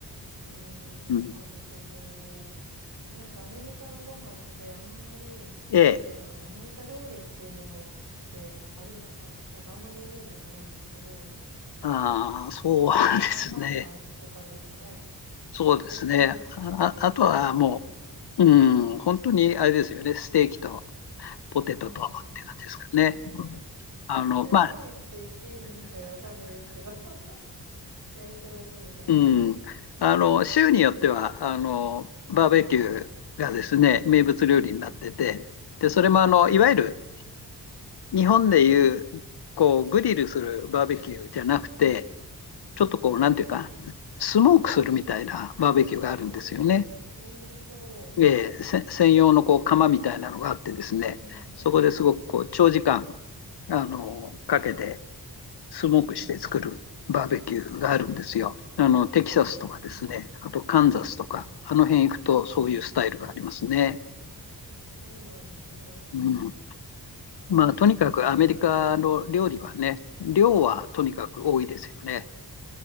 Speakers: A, on the right (about 55°); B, on the left (about 80°).
A: うん。
B: うん。
A: へえ、なるほど。え、なんかアメリカのご飯ってあんまり、
B: ええ、
A: なんだろう、アメリカ料理っていうものってあるんですかなんかあんまりイメージがないんですけど、
B: ああ、そうですね。
A: ハンバーガーとかですかね。
B: そうですね。
A: いろんななんか国をフーフージョンして。
B: あ、ああとはもう、うん、本当にあれですよね、ステーキとポテトとって感じですかね。
A: うん、うん。<laughs>
B: あの、
A: それ料理って言っていいんですかねわかんないですけど。
B: まあ、
A: <laughs> 焼いただけみたいな。
B: うん。あの、州によっては、あの、
A: うんうん。
B: バーベキューがですね、名物料理になってて、
A: うんう
B: で、それもあの、
A: ん。へえ。
B: いわゆる日本でいう、こう、グリルするバーベキューじゃなくて、
A: うん。
B: ちょっとこう、
A: あ、違うんですね。
B: なんていうか、スモークするみたいなバーベキューがあるんですよね。
A: へえ、美味しそ
B: えーせ専用のこう、窯みたいなのがあってですね、
A: う。うんうんうん。
B: そこですごくこう、
A: へえ。
B: 長時間、あの、かけて、スモークして作るバーベキューがあるんですよ。
A: うんうん。うんうん
B: あの、テキサスとかですね、
A: うん。
B: あとカンザスとか、
A: うーん。うんうん
B: あの辺行くとそういうスタイルがありますね。
A: うん。へえ。あ、そうなんですね。
B: うん。まあ、
A: うんうんうん。
B: とにかくアメリカの料理はね、量はとにかく多いですよね。